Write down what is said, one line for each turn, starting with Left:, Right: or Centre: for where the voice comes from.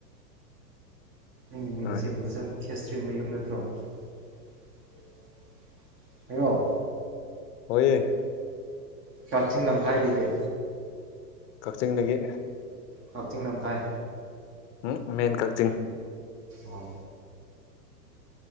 Right: <unintelligible>
Left: ꯍꯣꯏ
Right: ꯍꯣ <inaudible>
Left: ꯍꯣꯏꯦ
Right: ꯀꯛꯆꯤꯡ ꯂꯝꯈꯥꯏꯗꯒꯤ
Left: ꯀꯛꯆꯤꯡ ꯗꯒꯤ
Right: ꯀꯛꯆꯤꯡ ꯂꯝꯈꯥꯏ
Left: ꯎꯝ ꯃꯦꯟ ꯀꯛꯆꯤꯡ
Right: ꯑꯣ